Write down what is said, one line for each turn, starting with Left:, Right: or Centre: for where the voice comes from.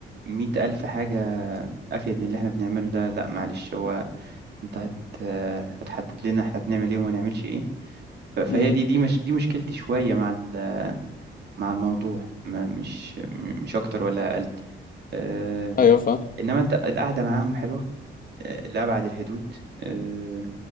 Right: مية ألف حاجة أفيد من اللي إحنا بنعمله ده لأ معلش هو أنت هت آه، هتحدد لنا إحنا بنعمل إيه وما نعملش إيه ف- فهي
Left: امم
Right: دي دي مش دي مشكلتي شوية مع ال- مع الموضوع ما مش م- مش أكتر ولا أقل آه،
Left: ايوه فاهم
Right: إنما أنت القعدة معاهم حلوة آه، لأبعد الحدود آه،